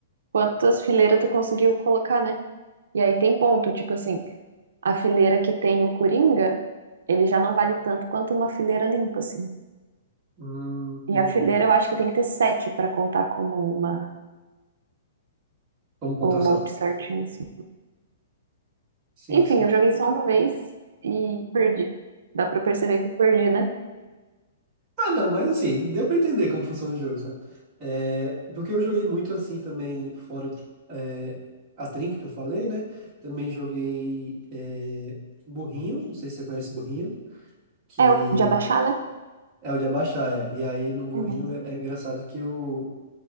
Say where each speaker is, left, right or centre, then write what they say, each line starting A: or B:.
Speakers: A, on the right; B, on the right.
A: quantas fileiras tu conseguiu colocar, né? E aí tem ponto, tipo assim, a fileira que tem o Coringa, ele já não vale tanto quanto uma fileira limpa, assim.
B: Hum, entendi.
A: E a fileira eu acho que tem que ter sete pra contar como uma,
B: Como pontuação.
A: um monte certinho, assim.
B: Sim,
A: Enfim,
B: sim.
A: eu joguei só uma vez e perdi. Dá pra perceber que eu perdi, né?
B: Ah, não, mas assim, deu pra entender como funciona o jogo, sabe? É, porque eu joguei muito assim também, fora o- é, a trinca que eu falei, né? Também joguei é, burrinho, não sei se você conhece burrinho, que
A: É o de abaixar, né?
B: é o de abaixar, é. E aí no burrinho
A: Uhum.
B: é, é engraçado que o,